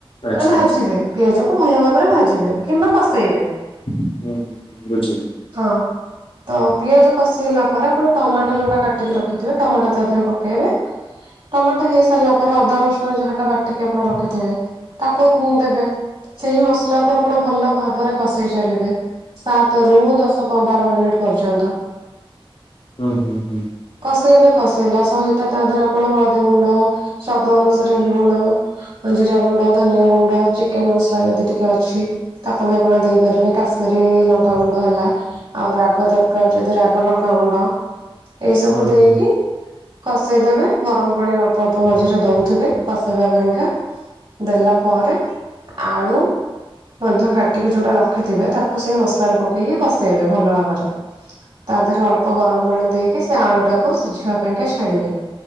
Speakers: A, on the left; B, on the right.
A: ଆଚ୍ଛା
B: ମାନେ ଭାଜିବେ
A: ଆଚ୍ଛା।
B: ପିଆଜକୁ ଭଲ ଭାବରେ ଭାଜିବେ କିମ୍ବା କଷେଇବେ।
A: ଉଁ ହୁଁ ହୁଁ ବୁଝିଲି।
B: ହଁ। ତ ପିଆଜ କଷି ହେଲା ପରେ ଆପଣ ଟମାଟୋ ଯୋଉଟା କାଟିକି ରଖିଥିବେ ଟମାଟୋ ତା ଦେହରେ ପକେଇବେ। ଟମାଟୋ ହେଇସାରଲା ପରେ ଅଦା ରସୁଣ ଯାହାଟା ବାଟିକି ଆପଣ ରଖିଥିବେ ତାକୁ ପୁ ଦେବେ ସେହି ମସଲାକୁ ଆପଣ ଭଲ ଭାବରେ କଷେଇ ଚାଲିବେ ସାତରୁ ଦଶପନ୍ଦର ମିନିଟ ପର୍ଯ୍ୟନ୍ତ।
A: ହୁଁ ହୁଁ ହୁଁ।
B: କସେଇବେ କସେଇଲା ସହିତ ତା ଦେହରେ ଆପଣ ହଳଦୀ ଗୁଣ୍ଡ ସ୍ଵାଦ ଅନୁସାରେ ଲୁଣ ଜିରା ଗୁଣ୍ଡ, ଧନିଆ ଗୁଣ୍ଡ, ଚିକେନ ମସଲା ଯଦି ଟିକେ ଅଛି। ତାକୁ ବି ଆପଣ ଦେଇପାରିବେ କାଶ୍ମୀରୀ ଲଙ୍କାଗୁଣ୍ଡ ହେଲା। ଆଉ ରାଗ ଦରକାର ଯଦି ରାଗ ଲଙ୍କାଗୁଣ୍ଡ ଏଇ ସବୁ
A: ହୁଁ
B: ଦେଇକି
A: ହୁଁ
B: କସିଦେବେ ଗରମ ପାଣି ଅଳ୍ପ ଅଳ୍ପ ମଝିରେ ଦଉଥିବେ କସିବା ପାଇଁକା ଦେଲା ପରେ ଆଳୁ ମଧ୍ୟ କାଟିକି ଯୋଉଟା ରଖିଥିବେ ତାକୁ ସେଇ ମସଲାରେ ପକେଇକି କସେଇବେ ଭଲ ଭାବରେ। ତା ଦେହରେ ଅଳ୍ପ ଗରମ ପାଣି ଦେଇକି ସେ ଆଳୁ ଟାକୁ ସିଝିବା ପାଇଁକା ଛାଡିବେ।